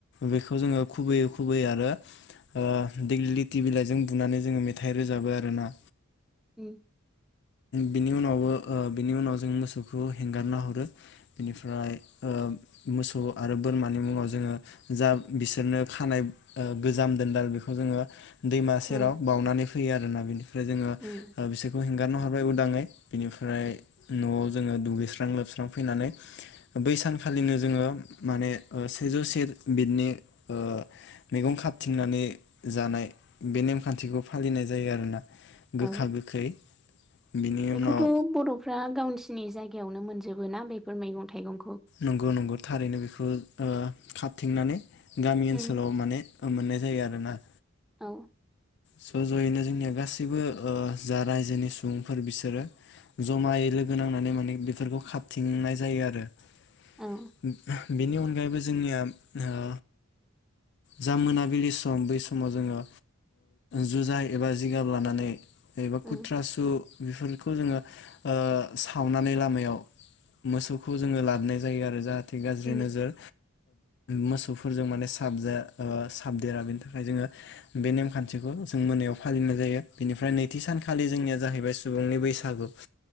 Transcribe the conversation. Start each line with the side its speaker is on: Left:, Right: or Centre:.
Left: बेखौ जोङो खुबैयै खुबैयै आरो ओ दिग्लि लावथि बिलाइजों बुनानै जोङो मेथाइ रोजाबो आरोना
Centre: ओम
Left: बिनि उनावबो ओ बिनि उनाव जों मोसौ खौ हेंगारना हरो बेनिफ्राय ओ मोसौ आरो बोरमानि मुङाव जोङो जा बिसोरनो खानाय गोजाम दोनदाल बेखौ जोङो दैमा सेराव
Centre: औ
Left: बावनानै फैयो आरोना बिनिफ्राय जोङो
Centre: उम
Left: ओ बिसोरखौ हें हगारना हरबाय उदाङै बिनिफ्राय न'आव जोङो दुगैस्रां लोबस्रां फैनानै बै सानखालिनो जोङो माने सेजौसे बिदनि ओ मैगं खांथिंनानै जानाय बे नेमखान्थिखौ फालिनाय जायो आरोना गोखा
Centre: औ
Left: गोखै बिनि
Centre: बेखौथ'
Left: उनाव
Centre: बर'फ्रा गावसि नि जायगायावनो मोनजोबोना बेफोर मैगं थाइगं
Left: नंगौ नंगौ थारैनो बेखौ ओ खांथिंनानै गामि
Centre: उम
Left: ओनसोलाव माने मोननाय जायो आरोना
Centre: औ
Left: ज' ज'यैनो जोंनिया गासैबो जा रायजोनि सुबुंफोर बिसोरो जमायै लोगो नांनानै माने बेफोरखौ खाबथिंनाय जायो आरो।
Centre: औ
Left: <inaudible> बेनि अनगायैबो जोंनिया ओ जा मोनाबिलि सम बै समाव जोङो। जुजाय एबा जिगाब लानानै एबा
Centre: उम
Left: खुथ्रासु बेफोरखौ जोङो सावनानै लामायाव मोसौखौ जोङो लाबोनाय जायो आरो जाहाथे गाज्रि
Centre: उम
Left: नोजोर मोसौफोरजों माने साबदेरा बेनि थाखाय जोङो बे नेमखान्थि खाथिखौ जों मोनायाव फालिनाय जायो बेनिफ्राय नैथि सानखालि जोंनिया जाहैबाय सुबुंनि बैसागु